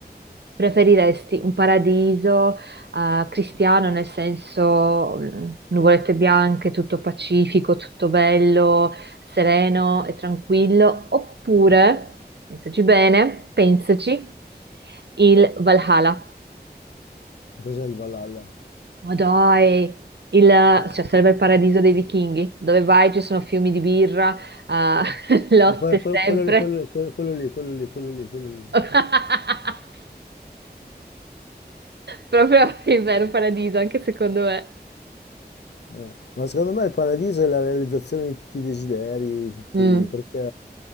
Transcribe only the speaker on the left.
Che cos'è il Valhalla?
Eh,
ah, quello, quello-
quello lì, quello quello quello lì, quello lì, quello lì, quello lì.
Eh, Ma secondo me il paradiso è la realizzazione di tutti i desideri, di tutti,
perché